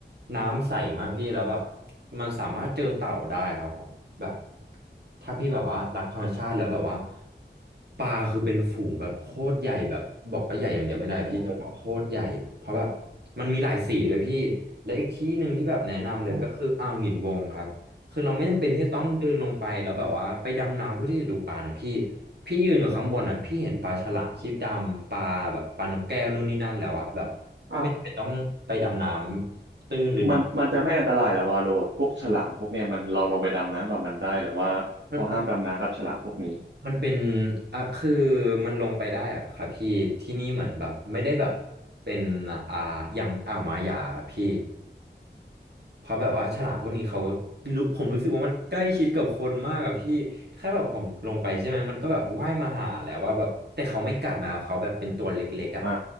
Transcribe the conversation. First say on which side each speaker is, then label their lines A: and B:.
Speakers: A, on the right; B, on the right.
A: น้ำใสมากพี่แล้วแบบมันสามารถเจอเต่าได้ครับผมแบบถ้าพี่แบบว่ารักธรรมชาติแล้วแบบว่าปลาคือเป็นฝูงแบบโคตรใหญ่แบบบอกว่าใหญ่อย่างเดียวไม่ได้พี่โคตรใหญ่เพราะแบบ
B: โอ้โห
A: มันมีหลายสีด้วยพี่และอีกที่หนึ่งที่แบบแนะนำเลยก็คืออ่าวหินวงครับคือเราไม่จำเป็นที่จะต้องเดินลงไปแล้วแบบว่าไปดำน้ำเพื่อที่จะดูปลานะพี่
B: อ
A: พี่ยืนอยู่ข้างบนอ่ะพี่เห็นปลาฉลามครีบดำปลาแบบปลานกแก้วนู่นนี่นั่นแล้วอ่ะแบบ
B: ้าว
A: ไม่จำเป็นต้องไปดำน้ำ ตื้นหรือหนัก
B: มันมันจะไม่อันตรายเหรอวาโลแบบพวกฉลามพวกเนี้ยมันเราลงไปดำน้ำกับมันได้หรือว่าเขาห้ามดำน้ำกับฉลามพวกนี้
A: มันมันมันเป็นอ่ะคือมันลงไปได้อะครับพี่ที่นี่เหมือนแบบไม่ได้แบบเป็นอ่าอย่างอ่าวหมาหยาครับพี่เพราะแบบว่าฉลามพวกนี้เขารู้ผมรู้สึกว่ามันใกล้ชิดกับคนมากอะพี่แค่แบบผมลงไปใช่ไหมมันก็แบบว่ายมาหาแล้วว่าแบบแต่เขาไม่กัดนะเขาแบบเป็นตัวเล็กๆอ่ะ
B: อ่า